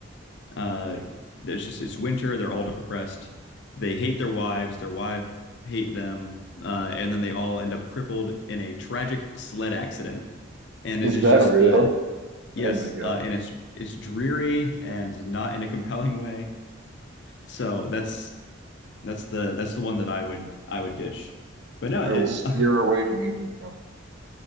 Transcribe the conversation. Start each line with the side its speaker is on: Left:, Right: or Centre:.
Left: Uh, it's just it's winter. They're all depressed. They hate their wives. Their wives hate them, uh, and then they all end up crippled in a tragic sled accident. And
Right: Is
Left: it is
Right: that
Left: just
Right: real?
Left: the yes,
Right: Oh my God.
Left: uh, and it's it's dreary and not in a compelling way. So that's that's the that's the one that I would I would ditch. But no,
Right: I
Left: it
Right: will steer
Left: <laughs>
Right: away from Ethan Frome.